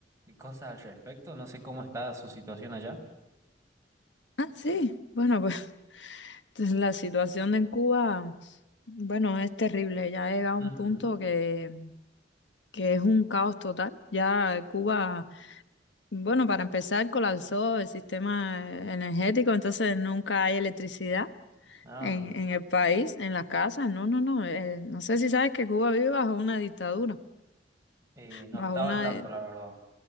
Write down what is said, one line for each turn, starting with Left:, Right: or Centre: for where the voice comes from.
Right: cosas al respecto, no sé cómo está su situación allá.
Left: Ah, sí. Bueno, pues Entonces, La situación en Cuba, bueno, es terrible. Ya ha llegado a un
Right: Ujú.
Left: punto que, que es un caos total. Ya Cuba, bueno, para empezar, colapsó el sistema energético, entonces nunca hay electricidad
Right: Ah,
Left: en,
Right: mira.
Left: en el país, en las casas. No, no, no. eh, no sé si sabes que Cuba vive bajo una dictadura,
Right: Eh, no
Left: bajo
Right: estaba
Left: una,
Right: al tanto, la verdad,